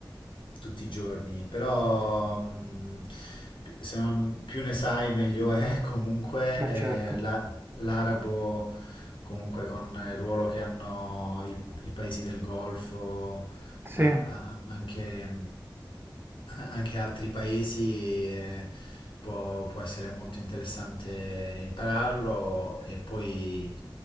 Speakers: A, on the left (about 75°); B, on the right (about 25°).
A: tutti i giorni, però mh, pi- se non- più ne sai meglio è <laughs> comunque
B: Beh, certo,
A: eh, la- l'arabo, comunque con il ruolo che hanno i, i paesi del Golfo,
B: sì,
A: ma a- anche, eh, anche altri paesi eh, può, può essere molto interessante impararlo e poi,